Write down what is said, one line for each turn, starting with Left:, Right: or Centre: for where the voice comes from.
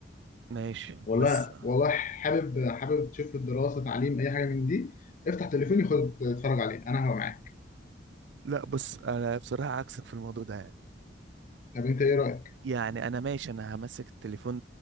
Right: ماشي
Left: والله
Right: بس
Left: والله حابب حابب تشوف الدراسه تعليم اي حاجه من دي افتح تليفوني خد اتفرج عليه انا هبقى معاك
Right: لا بص انا بصراحة عكسك في الموضوع ده يعني
Left: طب انت ايه رايك
Right: يعني انا ماشي انا همسك التليفون